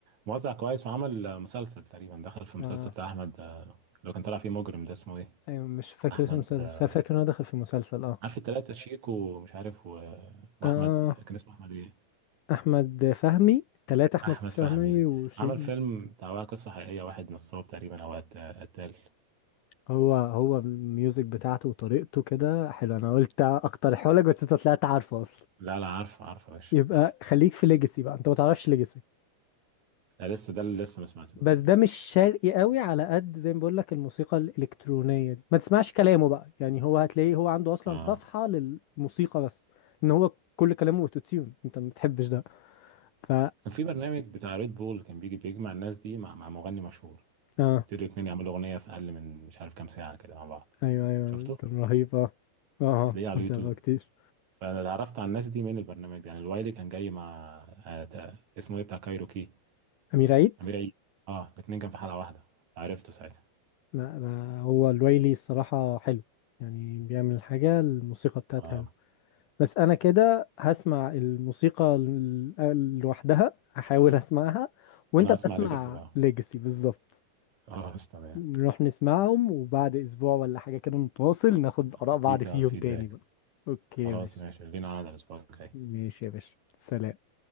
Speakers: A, on the right (about 45°); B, on the left (about 75°).
A: موزع كويس وعمل آه، مسلسل تقريبا دخل في المسلسل
B: آه
A: بتاع احمد آه، اللي كان طالع فيه مجرم ده اسمه ايه
B: ايوه مش فاكر
A: احمد
B: اسم المسلسل
A: آه،
B: بس أنا فاكر ان هو دخل في مسلسل اه
A: عارف التلاتة شيكو ومش عارف و... واحمد
B: اه
A: كان اسمه احمد ايه
B: احمد فهمي تلاتة احمد
A: احمد
B: فهمي
A: فهمي
B: وشيك
A: عمل فيلم بتاع قصة حقيقية واحد نصاب تقريبا او قت- قتال
B: هو هو الميوزك بتاعته وطريقته كده حلو انا قلت اقترحه لك بس انت طلعت عارفه اصلا
A: لا لا عارفه عارفه يا باشا
B: يبقى
A: عارفه
B: خليك في ليجاسي بقى انت ما تعرفش ليجاسي
A: لا لسه ده اللي لسه ما سمعتلوش
B: بس
A: اه
B: ده مش شرقي قوي على قد زي ما بقول لك الموسيقى الالكترونيه دي ما تسمعش كلامه بقى يعني هو هتلاقيه هو عنده اصلا
A: اه
B: صفحه للموسيقى بس ان هو كل كلامه اوتو تيون انت ما بتحبش ده ف
A: كان في برنامج بتاع ريد بول كان بيجي بيجمع الناس دي مع مع مغني مشهور
B: اه
A: وابتدوا الاتنين يعملوا اغنيه في اقل من مش عارف كام ساعه كده مع بعض
B: ايوه ايوه
A: شفته
B: كان رهيب اه اه آه،
A: هتلاقيه على
B: متابعه
A: اليوتيوب
B: كتير
A: فانا اللي عرفت على الناس دي من البرنامج ده يعني الوايلي كان جاي مع آه تا- اسمه ايه بتاع كايروكي
B: امير عيد
A: امير عيد اه الاتنين كان في حلقه واحده عرفته ساعتها
B: لا لا هو الويلي الصراحة حلو يعني بيعمل حاجة الموسيقى بتاعته
A: اه
B: حلو بس أنا كده هسمع الموسيقى ال- لوحدها هحاول أسمعها وأنت
A: انا اسمع
B: بسمع
A: ليجاسي بقى
B: ليجاسي بالظبط
A: خلاص تمام
B: نروح نسمعهم وبعد أسبوع ولا حاجة كده نتواصل ناخد آراء
A: هديك
B: بعض فيهم
A: فيدباك
B: تاني بقى أوكي
A: خلاص
B: يا باشا
A: ماشي لينا عاد الاسبوع الجاي
B: ماشي يا باشا سلام